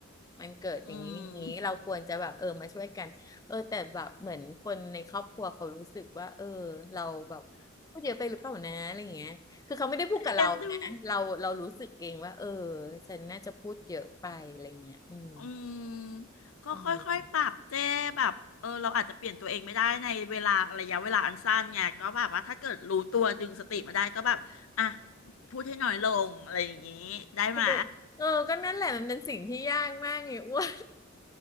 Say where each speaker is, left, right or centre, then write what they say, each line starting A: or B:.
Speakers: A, on the left; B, on the left.
A: มันเกิดอย่างนี้อย่างนี้เราควรจะแบบเออมาช่วยกันเออแต่แบบเหมือนคนในครอบครัวเขารู้สึกว่าเออเราแบบพูดเยอะไปหรือเปล่านะอะไรอย่างเงี้ยคือเขาไม่ได้พูดกับเรานะเราเรารู้สึกเองว่าเออ
B: อืมเอ็นดู
A: ฉันน่าจะพูดเยอะไปอะไรอย่างเงี้ยอืม
B: อืมก็ค่อยๆปรับเจ้แบบเออเราอาจจะเปลี่ยนตัวเองไม่ได้ในเวลาระยะเวลาอันสั้นไงก็แบบว่าถ้าเกิดรู้ตัวดึงสติมาได้ก็แบบอ่ะ
A: ประมาณเนี้ย
B: พูดให้น้อยลงอะไรอย่างนี้ได้ไหม
A: ก็จะเออก็นั่นแหละมันเป็นสิ่งที่ยากมากไง <laughs> อ้วน